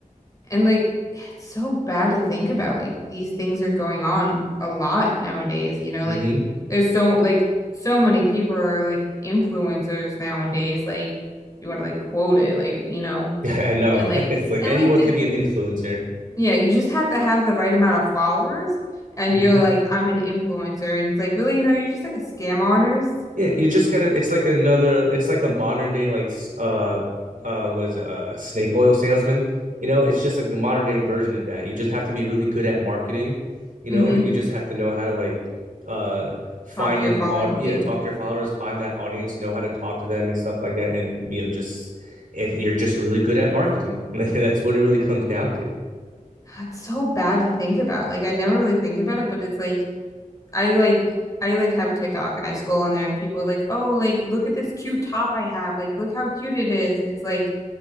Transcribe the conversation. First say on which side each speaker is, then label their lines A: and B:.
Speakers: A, on the left; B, on the right.
A: And like it's so bad to think about like these things are going on a lot nowadays, you know,
B: mm-hmm.
A: like there's so like so many people are like influencers nowadays, like you want to like quote it, like you know,
B: <laughs> i know
A: and like
B: <laughs> it's like
A: and
B: anyone
A: like the
B: could be an influencer
A: yeah, you just have to have the right amount of followers and
B: mm-hmm.
A: you're like I'm an influencer and it's like really no, you're just like a scam artist.
B: Yeah, you just gotta. It's like another. It's like the modern day, like uh, uh, was uh, snake oil salesman. You know, it's just like the modern day version of that. You just have to be really good at marketing. You
A: Mm-hmm.
B: know, you just have to know how to like, uh, find
A: Talk to your
B: an
A: followers.
B: odd. Yeah,
A: Yeah.
B: talk to your followers, find that audience, know how to talk to them and stuff like that. And you know, just it, you're just really good at marketing. <laughs> That's what it really comes down to.
A: It's so bad to think about. Like I never really think about it, but it's like I like I like have TikTok and I scroll on there and people are like, "Oh, like look at this cute top I have. Like look how cute it is." And it's like